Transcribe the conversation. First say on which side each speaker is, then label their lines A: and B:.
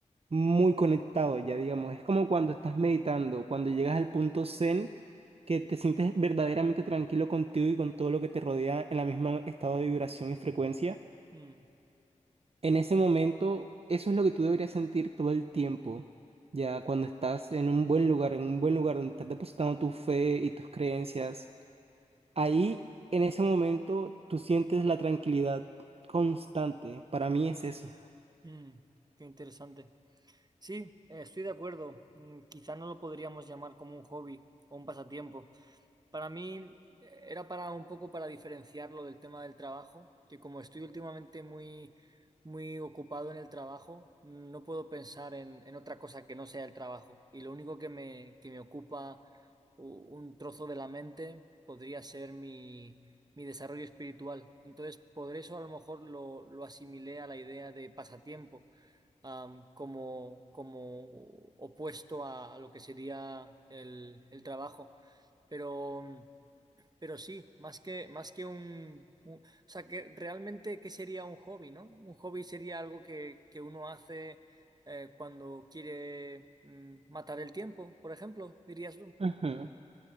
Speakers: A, on the right; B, on the right.
A: muy conectado, ya digamos. Es como cuando estás meditando, cuando llegas al punto zen, que te sientes verdaderamente tranquilo contigo y con todo lo que te rodea en la misma estado de vibración y frecuencia.
B: mm,
A: En ese momento, eso es lo que tú deberías sentir todo el tiempo. Ya cuando estás en un buen lugar, en un buen lugar donde estás depositando tu fe y tus creencias, ahí en ese momento tú sientes la tranquilidad constante. Para mí es eso.
B: mm, qué interesante. Sí, eh, estoy de acuerdo. Mm, quizá no lo podríamos llamar como un hobby o un pasatiempo, Para mí eh, era para un poco para diferenciarlo del tema del trabajo, que como estoy últimamente muy, muy ocupado en el trabajo, no puedo pensar en, en otra cosa que no sea el trabajo. Y lo único que me, que me ocupa u- un trozo de la mente podría ser mi, mi desarrollo espiritual. Entonces, por eso a lo mejor lo, lo asimilé a la idea de pasatiempo, am, como, como opuesto a lo que sería el, el trabajo. Pero, pero sí, más que, más que un, un- O sea, que realmente, ¿qué sería un hobby, no? Un hobby sería algo que, que uno hace eh, cuando quiere mm, matar el tiempo, por ejemplo, dirías tú.
A: Ajá.